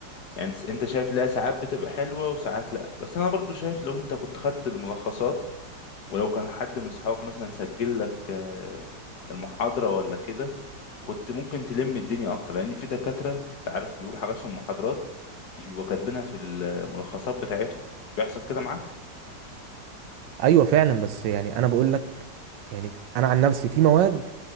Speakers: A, on the left (about 65°); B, on the right (about 85°).
A: يعني س- انت شايف لها ساعات بتبقى حلوة وساعات لا بس انا برضو شايف لو انت كنت خدت الملخصات ولو كان حد من صحابك مثلا سجل لك آه، المحاضرة ولا كده كنت ممكن تلم الدنيا اكتر لان في دكاترة انت عارف بيقولوا حاجات في المحاضرات مش بيبقوا كاتبينها في الملخصات بتاعتهم مش بيحصل كده معاك
B: ايوه فعلا بس يعني انا بقول لك يعني ف- انا عن نفسي في مواد